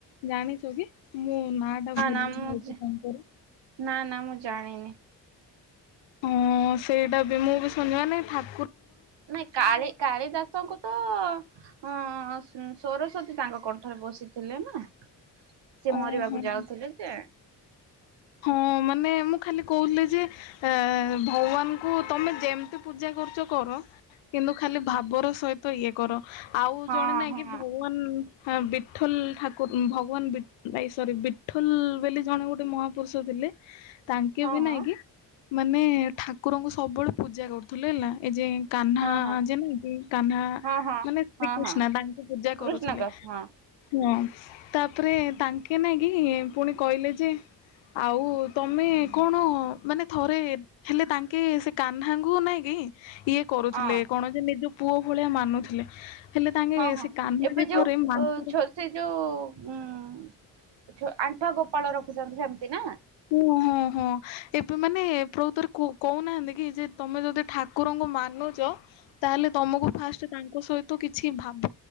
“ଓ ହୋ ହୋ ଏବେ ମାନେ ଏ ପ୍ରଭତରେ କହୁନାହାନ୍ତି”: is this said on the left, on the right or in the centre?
Left